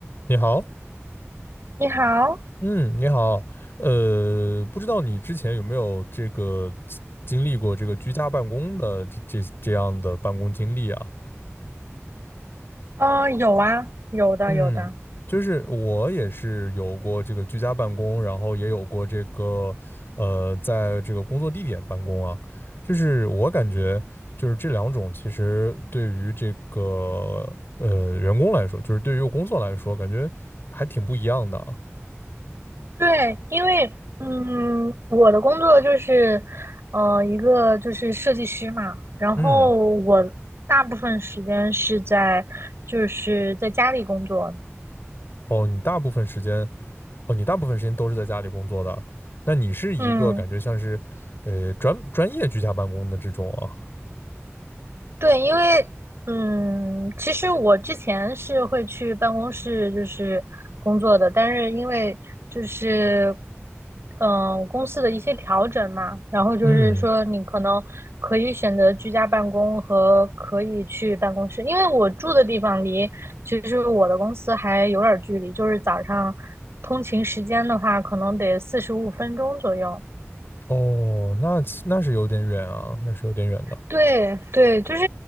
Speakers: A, on the left; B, on the right.
A: 你好，
B: 你好，
A: 嗯，你好，呃，不知道你之前有没有这个经经历过这个居家办公的这这这样的办公经历啊？
B: 呃，有啊，有的，
A: 嗯，
B: 有的，
A: 就是我也是有过这个居家办公，然后也有过这个呃，在这个工作地点办公啊，就是我感觉就是这两种其实对于这个呃员工来说，就是对于工作来说，感觉还挺不一样的啊。
B: 对，因为，嗯，我的工作就是，嗯，一个就是设计师嘛，然后我大部分时间是在就是在家里工作，
A: 嗯，哦，你大部分时间。哦，你大部分时间都是在家里工作的，那你是一个感觉像是，
B: 嗯。
A: 呃，专专业居家办公的这种啊。
B: 对，因为嗯，其实我之前是会去办公室就是工作的，但是因为就是嗯公司的一些调整嘛，然后就是说你可能可以选择居家办公和可以去办公室，
A: 嗯，
B: 因为我住的地方离其实我的公司还有点儿距离，就是早上通勤时间的话，可能得四十五分钟左右。
A: 哦，那那是有点远啊，那是有点远的。
B: 对对，就是